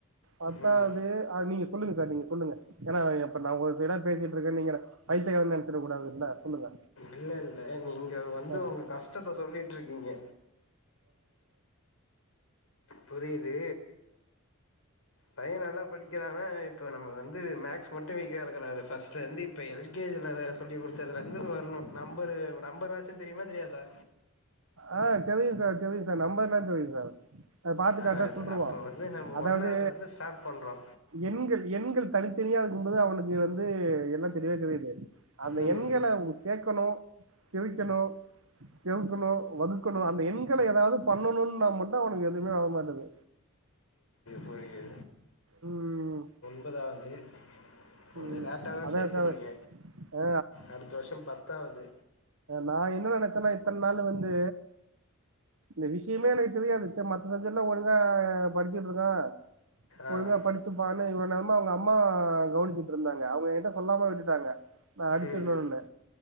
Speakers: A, on the right; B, on the left.
A: பத்தாவது
B: ம்
A: நீங்க சொல்லுங்க சார் நீங்க சொல்லுங்க ஏன்னா அப்பற நான் உட பேசிட்டு இருக்கே நீங்க என்ன பைத்தியகாரனு நெனச்சிற கூடாது இல்ல சொல்லுங்க
B: இல்ல இல்ல நீங்க வந்து
A: ஆ.
B: உங்க கஷ்டத்தை சொல்லிட்டு இருக்கீங்க புரியுது பையன் நல்லா படிக் வைக்கலான இப்ப நம்ம வந்து மேக்ஸ் மட்டும் வெக்க இருக்கஸ் வந்து இப்ப எல் கே ஜி சொல்லி கொடுத்தது சங்கர் வரணும் நம்பரு நம்பர்னாச்சு தெரியுமா தெரியாதா
A: ஆ தெரியு சார் தெரியு சார் நம்பர்ல்லாம் தெரியும் சார் அத பாத்து
B: ஆ
A: கரெக்டா சொல்ருவான்.
B: அப்ப வந்து நம்ம
A: அதாவது
B: ஒன்னாவது வந்து ஸ்டார்ட் பண்றோ
A: எண்கள் எண்கள் தனித்தனியா இருக்கும்போது அவனுளுக்கு வந்து எல்லாம் தெலீவா தெரிது அந்த
B: ம்
A: எண்களை உ சேர்க்கணு செவிக்கணு செவிக்கணு வகுக்கணும் அந்த எண்களை ஏதாவது பண்ணணும் நா மட்டும் அவனுக்கு எதுவுமே வரமாட்டது
B: புரிது
A: ம்
B: முப்பதாவது கொஞ்ச
A: ம்.
B: லேட்டா தா
A: அதான்
B: சேர்க்கறீங்க
A: சார் ஆ
B: அடுத்த வருஷம் பத்தாவது
A: நான் என்ன நினைச்சேன்னா இத்தனை நாள் வந்து இந்த விஷயமே எனக்கு தெரியாது மத்த சஜெக்ட் எல்லா ஒழுங்கா படிச்சட்டு இருக்க
B: ஆம்
A: ஒழுங்கா படிச்சுப்பானு இவ்ளவு நேரமா அவங்க அம்மா கவனிச்சு இருந்தாங்க அவங்க கிட்ட சொல்லாம விட்டுட்டாங்க நா அடிச்சிடுன்னோனு
B: ம்